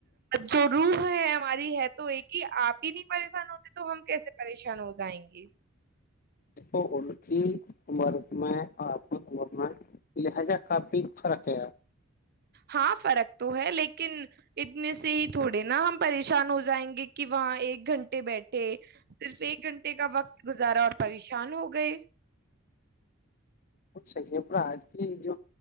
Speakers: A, on the right (about 50°); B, on the left (about 45°).
A: جو روح ہے ہماری ہے تو ایک ہی آپ ہی نہیں پریشان ہوتے تو تو ہم کیسے پریشان ہو جائیں گے
B: اس کو ان کی عمر میں اور آپ کی عمر میں لہذا کافی فارق ہیں
A: ہاں فرق تو ہے لیکن اتنے سے ہی تھوڑے نا ہم پریشان ہو جائیں گے کہ وہاں ایک گھنٹے بیٹھے صرف ایک گھنٹے کا وقت گزارا اور پریشان ہو گئے
B: سے پورا آج کی جو